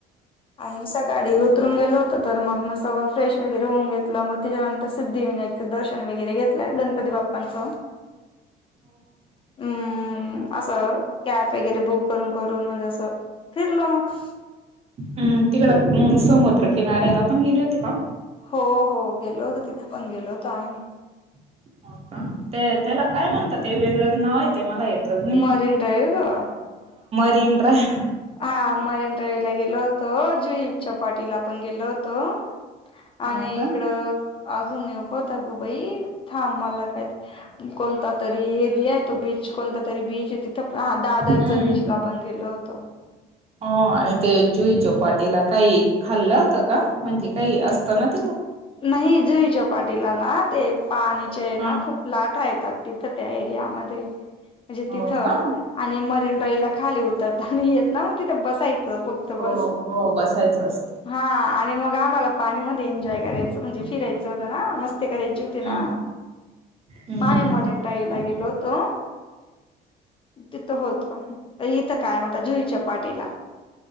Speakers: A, on the left; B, on the right.
A: आणि सकाळी उतरून गेलो तर मग मस्त फ्रेश वगैरे होऊन घेतलं मगं, त्याच्यानंतर सिद्धिविनायकं दर्शन वगैर घेतल, गणपती बाप्पांच हम्म अस. कॅब वगैरे बुक करून करून म्हणजे असं तर फिरलो मगं.
B: हम्म तिकडं समुद्र तर किनाऱ्याला पण गेले होते का?
A: हो हो गेलो होत तिथं पण गेलो होतो आम्ही.
B: <inaudible> त्याला काय म्हणतात वेगळंच नाव. ते मला येतच नाही
A: मरीनड्राव.
B: <unintelligible>
A: हा मरनड्रयवी ला गेलो होतों, जुई चपाटीला पण गेलो होतों,.
B: हो
A: आणि
B: का?
A: इकडं अजून अगं बाई! थांब मला काय कोणता तरी. एरिया आहे तो बीच, कोणता तरी बीच.? तिथ दादरच
B: हम्म.
A: बीच ला पण गेलो होतो.
B: हो आणि ते जुई चौ पाटीला काय. ते खाल्लं होतं का? म्हणजे काही असतं ना तिथं?
A: नाही. तेला ना ते पाणीचे ना
B: हा.
A: खूप लाठ आहेत तिथं त्या एरियामध्ये म्हणजे
B: हो
A: तिथं
B: का?
A: आणि मरीन तहिला खाली उतरता नई येत ना म तिथे बसायच. फक्त बस,
B: हो हो बसायचं असतं.
A: हा. आणि मगं मला पाणीमध्ये एन्जॉय करायचं म्हणजे फिरायचं होत ना, मस्त. ते करायची होते ना,
B: हम्म हम्म
A: माम्ही मरीनड्रायव ला गेलो होतो. तो. तिथं होत इथं काय मणता जुईच्या पाटीला.